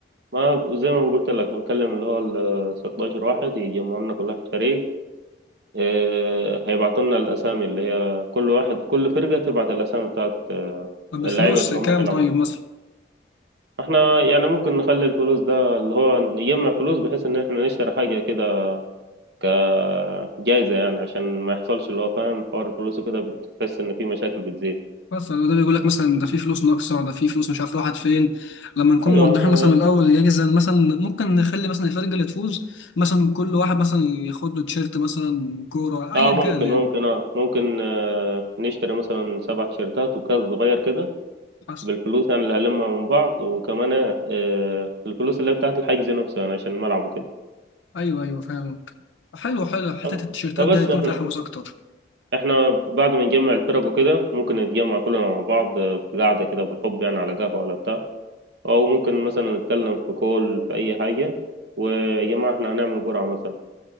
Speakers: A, on the right; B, on the left.
A: ما زي ما قلت لك هنكلم اللي هو ال 16 واحد يجمعوا لنا كل واحد فريق إيه، هيبعتوا لنا الأسامي اللي هي كل واحد كل فرقة تبعت الأسامي بتاعت آه،
B: طب
A: اللعيبة
B: الفلوس
A: اللي
B: كام
A: هم هيلعبوا
B: طيب مثلا
A: احنا يعني ممكن نخلي الفلوس ده اللي هو نجمع فلوس بحيث ان احنا نشتري حاجة كده كجائزة يعني عشان ما يحصلش اللي هو فاهم حوار الفلوس وكده بتحس ان في مشاكل بتزيد
B: مثلا ده بيقول لك مثلا ده في فلوس ناقصه ده في فلوس مش عارف راحت فين لما نكون
A: ايوه
B: موضحين
A: احنا
B: مثلا الاول الجايزه مثلا ممكن نخلي مثلا الفرقه اللي تفوز مثلا كل واحد مثلا ياخد له تيشيرت مثلا كوره ايا
A: اه ممكن
B: كان يعني
A: ممكن اه ممكن آه، نشتري مثلا سبع تيشيرتات وكاس صغير كده
B: حسب
A: بالفلوس يعني اللي هلمها من بعض وكمان آه، الفلوس اللي هي بتاعت الحجز نفسه يعني عشان الملعب وكده
B: ايوه ايوه فاهمك حلو حلو حته
A: طب-
B: التيشيرتات
A: فبس
B: دي هيكون
A: احنا
B: فيها حماس اكتر
A: احنا بعد ما نجمع الفرق وكده ممكن نتجمع كلنا مع بعض آه، في قعدة كده بالحب يعني على قهوة ولا بتاع او ممكن مثلا نتكلم في كول في اي حاجة ويا جماعة احنا هنعمل جرعة مثلا